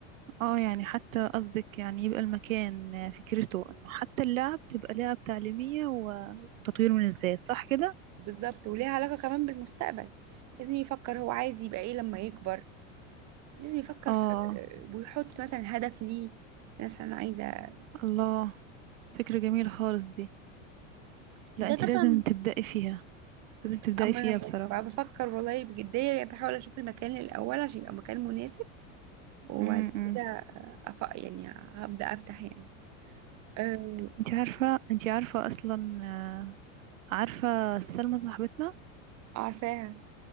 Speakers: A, on the right; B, on the right.
A: اه يعني حتى قصدك يعني يبقى المكان فكرته انه حتى اللعب تبقى لعب تعليمية و- وتطوير من الذات صح كده
B: بالظبط وليها علاقة كمان بالمستقبل لازم يفكر هو عايز يبقى ايه لما يكبر لازم يفكر
A: اه
B: في ويحط مثلا هدف ليه مثلا عايزة
A: الله فكرة جميلة خالص دي لا
B: ده
A: انت
B: طبعا
A: لازم تبدأي فيها لازم تبدأي
B: اما
A: فيها
B: انا يعني
A: بصراحة
B: بقى بفكر والله بجدية يعني بحاول اشوف المكان الاول عشان يبقى مكان مناسب وبعد
A: امم
B: كده أف... يعني هبدأ افتح يعني أه...
A: انت عارفة انت عارفة اصلا آه، عارفة سلمى صاحبتنا
B: عارفاها